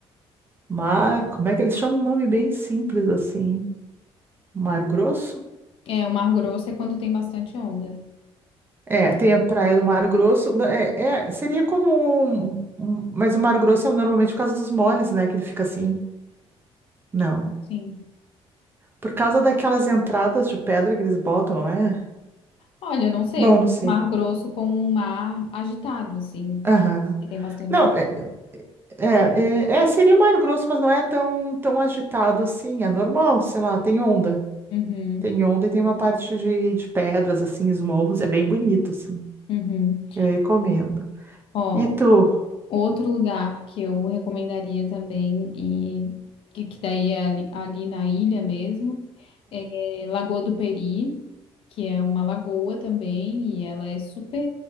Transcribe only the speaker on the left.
É, o Mar Grosso é quando tem bastante onda.
Como assim?
Olha, eu não sei,
eu confundo
Mar Grosso com um mar agitado, assim,
que tem bastante
onda.
Uhum,
uhum.
Ó,
outro lugar que eu recomendaria também, e que, que daí é ali ali na ilha mesmo. é, Lagoa do Peri, que é uma lagoa também, e ela é super